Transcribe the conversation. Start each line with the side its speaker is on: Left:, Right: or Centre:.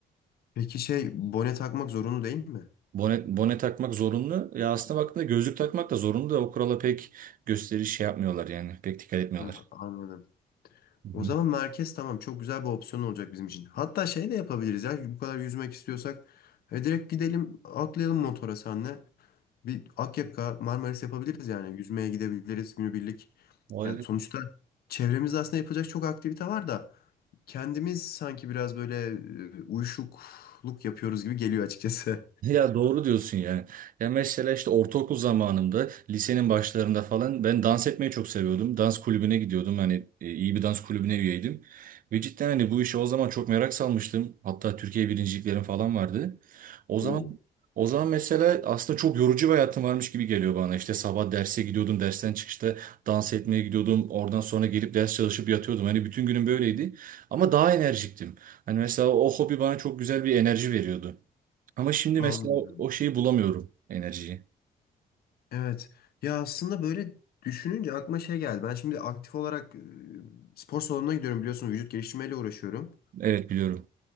Left: Peki şey bone takmak zorunlu değil mi?
Right: Bone, bone takmak zorunlu. Ya aslında baktığında gözlük takmak da zorunlu da o kurala pek gösteriş şey yapmıyorlar yani. Pek dikkat etmiyorlar.
Left: Ha, anladım.
Right: Hı
Left: O
Right: hı.
Left: zaman merkez tamam çok güzel bir opsiyon olacak bizim için. Hatta şey de yapabiliriz ya bu kadar yüzmek istiyorsak e, direkt gidelim atlayalım motora senle. Bir Akyaka Marmaris yapabiliriz yani yüzmeye gidebiliriz günübirlik.
Right: O
Left: Ya sonuçta çevremizde aslında yapacak çok aktivite var da kendimiz sanki biraz böyle e, uyuşukluk yapıyoruz gibi geliyor açıkçası.
Right: <laughs> Ya doğru diyorsun yani. Ya mesela işte ortaokul zamanımda, lisenin başlarında falan ben dans etmeyi çok seviyordum. Dans kulübüne gidiyordum. Hani e, iyi bir dans kulübüne üyeydim. Ve cidden hani bu işe o zaman çok merak salmıştım. Hatta Türkiye birinciliklerim falan vardı. O zaman
Left: <laughs> Oo.
Right: o zaman mesela aslında çok yorucu bir hayatım varmış gibi geliyor bana. İşte sabah derse gidiyordum, dersten çıkışta dans etmeye gidiyordum. Oradan sonra gelip ders çalışıp yatıyordum. Hani bütün günüm böyleydi. Ama daha enerjiktim. Hani mesela o hobi bana çok güzel bir enerji veriyordu. Ama şimdi
Left: Anladım.
Right: mesela o o şeyi bulamıyorum enerjiyi.
Left: Evet. Ya aslında böyle düşününce aklıma şey geldi. Ben şimdi aktif olarak e, spor salonuna gidiyorum biliyorsun vücut geliştirmeyle uğraşıyorum
Right: Evet biliyorum.